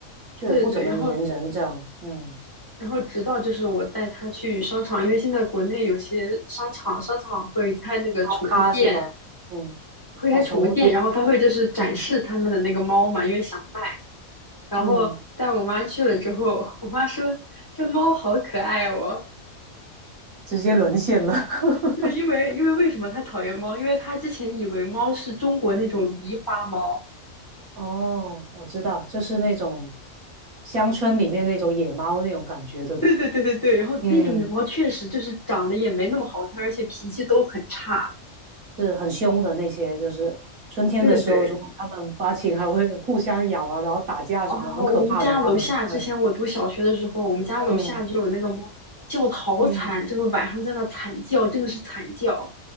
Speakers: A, on the right; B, on the left.
A: 就也不怎么粘人这样，
B: 对对对，然后
A: 嗯，
B: 然后直到就是我带他去商场，因为现在国内有些商场商场会开那个宠物店，
A: 猫咖是吧？嗯，
B: 会开宠物店，
A: 哦，宠物店，
B: 然后他会就是展示他们的那个猫嘛，
A: 嗯
B: 因为想卖然后带我妈去了之后，
A: 嗯，
B: 我妈说这猫好可爱哦。
A: 直接沦陷了。<laughs>
B: 对，因为因为为什么她讨厌猫？因为她之前以为猫是中国那种狸花猫。
A: 哦，我知道，就是那种乡村里面那种野猫那种感觉，对吧？
B: 对对对对对，然后那种狸猫确实就是长得也没那么好看，
A: 嗯。
B: 而且脾气都很差。
A: 是很凶的那些，就是春天的时候，
B: 对对对，
A: 如果它们发情，还会互相咬啊，然后打架什么，
B: 啊，
A: 很可怕的。
B: 我们家楼下之前我读小学的时候，
A: 它们对，
B: 我们家楼下就有那个猫叫的好惨，
A: 嗯嗯
B: 就是晚上在那惨叫，真的是惨叫。